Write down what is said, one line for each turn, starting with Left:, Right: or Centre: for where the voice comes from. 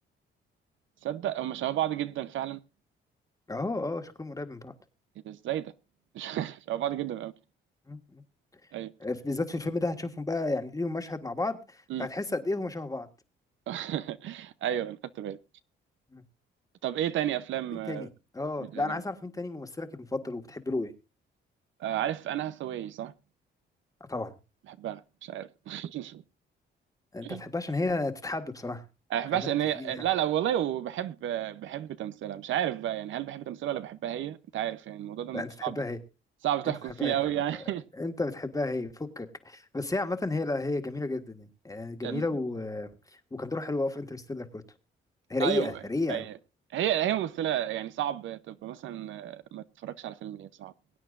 Right: تصدق هما شبه بعض جدا فعلا
Left: اه اه شكلهم قريب من بعض
Right: ايه ده ازاي ده؟ <laughs> شبه بعض جدا قوي
Left: م. م.
Right: ايوه
Left: بالذات في الفيلم ده هتشوفهم بقى يعني ليهم مشهد مع بعض
Right: امم
Left: فهتحس قد ايه هما شبه بعض
Right: <laughs> ايوه انا خدت بالي
Left: م.
Right: طب ايه تاني افلام
Left: مين
Right: آه،
Left: تاني اه
Right: بتعجبك؟
Left: لا انا عايز اعرف مين تاني ممثلك المفضل وبتحب له ايه
Right: آه، عارف انا هاثاواي صح؟
Left: آه، طبعا
Right: بحبها مش عارف <laughs>
Left: انت
Right: انا
Left: تحبها عشان هي تتحب بصراحه
Right: ما بحبهاش
Left: خلينا متفقين
Right: ان هي لا
Left: يعني
Right: لا والله وبحب بحب تمثيلها مش عارف بقى يعني هل بحب تمثيلها ولا بحبها هي انت عارف يعني الموضوع ده
Left: لا انت
Right: صعب
Left: تحبها هي
Right: صعب تحكم
Left: انت تحبها
Right: فيه
Left: هي.
Right: قوي يعني <laughs>
Left: انت بتحبها هي فكك بس هي عامه هي لا هي جميله جدا يعني آه، جميله
Right: لان
Left: و... وكان دورها حلو قوي في انترستيلر برضه هي رقيقه
Right: اه يوم...
Left: رقيقه
Right: أي...
Left: قوي
Right: <laughs> هي هي ممثله يعني صعب تبقى مثلا آه، ما تتفرجش على فيلم هي صعب